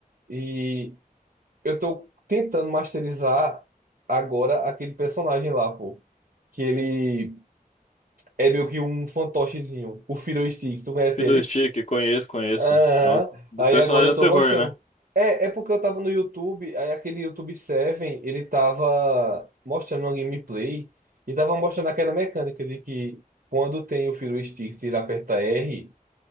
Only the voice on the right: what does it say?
e eu tô tentando masterizar agora aquele personagem lá, pô. Que ele é meio que um fantochezinho, o Fiddlesticks. Tu conhece
ele?
Aham.
Aí
agora eu
tô
gostando.
É, é porque eu tava no YouTube, aí aquele YouTube Seven ele tava mostrando uma gameplay e tava mostrando aquela mecânica de que quando tem o Fiddle Sticks, ele aperta R